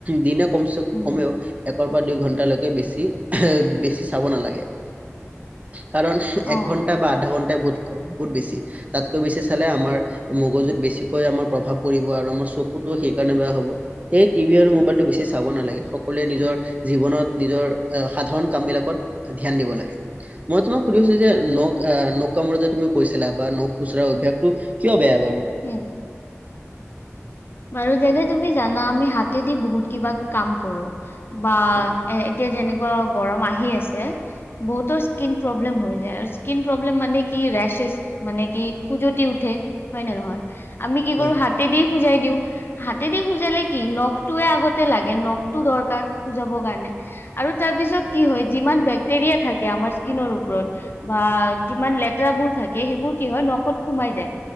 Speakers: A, on the right; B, on the left.
A: দিনক কমচে
B: উম।
A: কমেও একৰ পৰা দুই ঘণ্ট টালৈকে বেছি-বেছি চাব নালাগে কাৰণ
B: অ',
A: এক ঘণ্টা বা আধা ঘণ্টা বহুত-বহুত বেছি তাতকৈ বেছি চালে আমাৰ মগজুত বেছিকৈ আমাৰ প্ৰভাৱ পৰিব আৰু আমাৰ চকুতটোও সেই কাৰণে বেয়া হব সেই টি ভি আৰু মোবাইলটো বেছি চাব নালাগে সকলোৱে নিজৰ জীৱনত নিজৰ সাধাৰণ কামবিলাকত ধ্যান দিব লাগে। মই তোমাক সুধি যে নখ-নখ কামুৰে যে তুমি কৈছিলা বা নখ খুচুৰা অভ্যাসটো কিয় বেয়া? বাৰু।
B: উম। <unintelligible> যেনে। তুমি জানা আমি হাতেদি বহুত কিবা কাম কৰোঁ। বা
A: হয়
B: এ এতিয়া যেনে <unintelligible> গৰম আহি আছে বহুতৰ স্কীন প্ৰব্লেম হৈ যায় আৰু স্কীন প্ৰব্লেম মানে কি ৰেচছ, মানে কি খুজতি উঠে। হয় নে নহয় আমি কি
A: হয়
B: কৰো হাতে দি বুজাই দিওঁ। হাতেদি খুজালে কি নখটোৱে আগতে লাগে নখটো দৰকাৰ খুজাবৰ কাৰণে। আৰু তাৰ পিছত কি হয়। যিমান বেক্টেৰিয়া থাকে আমাৰ স্কীনৰ ওপৰত বা যিমান লেতেৰাবোৰ থাকে সেইবোৰ কি হয় নখত সোমাই যায়